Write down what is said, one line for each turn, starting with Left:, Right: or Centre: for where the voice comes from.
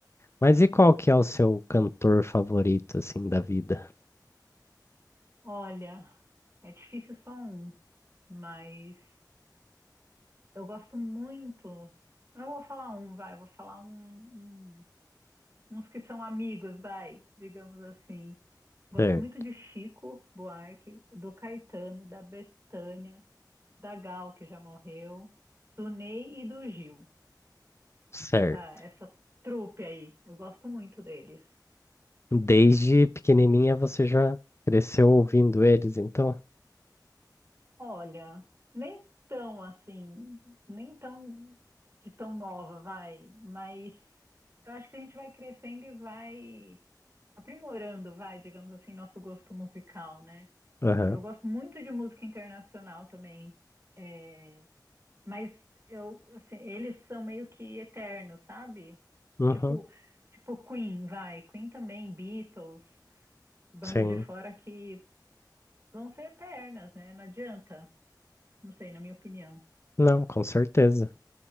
Left: Mas e qual que é o seu cantor favorito, assim, da vida?
Right: Olha, é difícil só um, mas eu gosto muito. Eu Não vou falar um, vai, eu vou falar um, um- uns que são amigos, vai, digamos assim. Gosto
Left: Certo.
Right: muito de Chico Buarque, do Caetano, da Bethânia, da Gal, que já morreu, do Ney e do Gil.
Left: Certo.
Right: Essa, essa trupe aí, eu gosto muito deles.
Left: Desde pequenininha você já cresceu ouvindo eles, então?
Right: Olha, nem tão assim, nem tão de tão nova, vai, mas eu acho que a gente vai crescendo e vai aprimorando, vai, digamos assim, nosso gosto musical, né?
Left: Aham.
Right: Eu gosto muito de música internacional também, é, mas eu, assim, eles são meio que eternos, sabe?
Left: Uhum.
Right: Tipo, tipo Queen, vai, Queen também, Beatles, bandas
Left: Sim.
Right: de fora que vão ser eternas, né? Não adianta, não sei, na minha opinião.
Left: Não, com certeza.